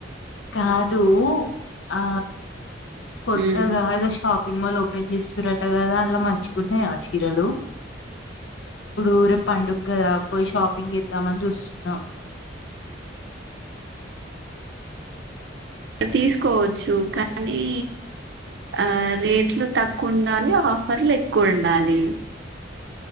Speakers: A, on the left; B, on the right.
A: అదూ ఆ కొత్తగా
B: ఉమ్.
A: ఇదో షాపింగ్ మాల్ పని చేస్తుారట కదా అందులో మంచిగా ఉన్నాయా చీరలు ఇప్పుడు రేపు పండుగ కదా పోయి షాపింగ్ చేద్దామని చూస్తున్నా
B: తీసుకోవచ్చు కానీ ఆ రేట్లు తక్కువ ఉండాలి ఆఫర్లు ఎక్కువ ఉండాలి